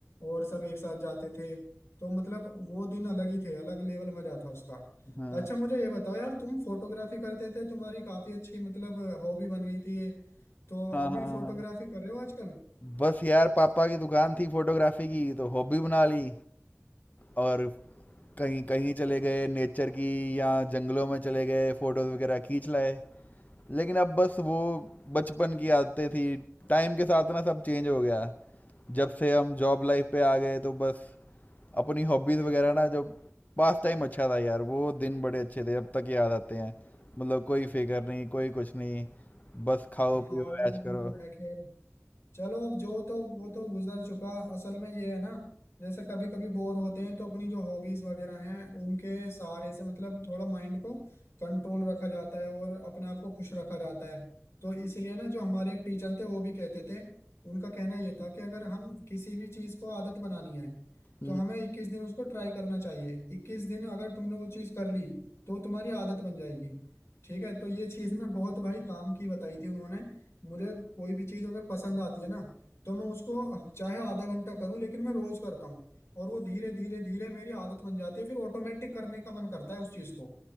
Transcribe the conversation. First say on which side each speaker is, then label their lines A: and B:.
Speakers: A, on the left; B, on the left.
A: और सब एक साथ जाते थे तो मतलब वो दिन अलग ही थे अलग लेवल मजा था उसका
B: हाँ
A: अच्छा मुझे ये बताओ यार तुम फोटोग्राफी करते थे तुम्हारी काफी अच्छी मतलब हॉबी बन गई थी ये तो
B: हाँ
A: अभी
B: हाँ
A: फोटोग्राफी
B: हाँ।
A: कर रहे हो आजकल
B: बस यार पापा की दुकान थी फोटोग्राफी की तो हॉबी बना ली और कहीं कहीं चले गए नेचर की या जंगलों में चले गए फोटोज वगैरह खींच लाए लेकिन अब बस वो बचपन की आदतें थी टाइम के साथ ना सब चेंज हो गया जब से हम जॉब लाइफ पे आ गए तो बस अपनी हॉबीज़ वगैरह ना जो पास टाइम अच्छा था यार वो दिन बड़े अच्छे थे अब तक याद आते हैं मतलब कोई फिक्र नहीं कोई कुछ नहीं बस खाओ
A: हाँ
B: पियो
A: यार
B: ऐश
A: ये
B: करो
A: तो है खैर चलो अब जो तो वो तो गुजर चुका असल में ये है ना जैसे कभी कभी बोर होते हैं तो अपनी जो हॉबीज वगैरह हैं उनके सहारे से मतलब थोड़ा माइंड को कंट्रोल रखा जाता है और अपने आप को खुश रखा जाता है तो इसलिए ना जो हमारे एक टीचर थे वो भी कहते थे उनका कहना ये था कि अगर हम किसी भी चीज़ को आदत बनानी है
B: हम्म।
A: तो हमें इक्कीस दिन उसको ट्राई करना चाहिए इक्कीस दिन अगर तुमने वो चीज़ कर ली तो वो तुम्हारी आदत बन जाएगी ठीक है तो ये चीज़ ना बहुत भाई काम की बताई थी उन्होंने मुझे कोई भी चीज अगर पसंद आती है ना तो मैं उसको चाहे आधा घंटा करूं लेकिन मैं रोज करता हूँ और वो धीरे धीरे धीरे मेरी आदत बन जाती है फिर ऑटोमेटिक करने का मन करता है उस चीज को